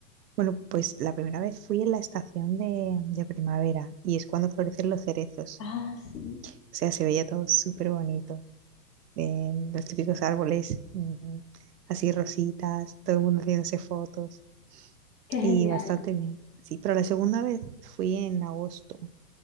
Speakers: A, on the right; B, on the left.
A: Bueno, pues la primera vez fui en la estación de, de primavera y es cuando florecen los cerezos.
B: Ah, sí,
A: O sea, se veía todo súper bonito. Eh, los típicos árboles, mm, así rositas, todo el mundo haciéndose fotos
B: qué genial.
A: y bastante bien. Sí, pero la segunda vez fui en agosto,